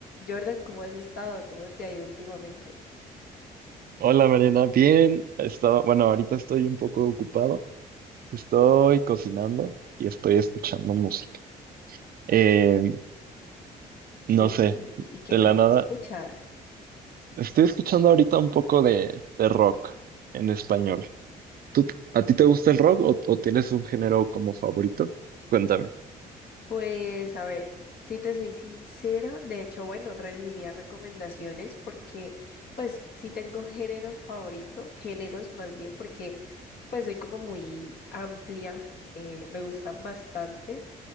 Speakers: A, on the left (about 60°); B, on the right (about 55°).
A: Jordan, ¿cómo has estado? ¿Cómo te ha ido últimamente?
B: Hola Mariana, bien. Estaba, bueno, ahorita estoy un poco ocupado. Estoy cocinando y estoy escuchando música. Eh, no
A: Ve,
B: sé,
A: ¿Y, y qué,
B: de
A: qué
B: la nada.
A: escuchas?
B: Estoy escuchando ahorita un poco de, de rock en español. ¿Tú, a ti te gusta el rock o, o tienes un género como favorito? Cuéntame.
A: Pues a ver, si te soy sincera, de hecho, bueno, recibiría recomendaciones porque pues sí tengo género favorito, géneros más bien, porque pues soy como muy amplia, eh, me gustan bastantes,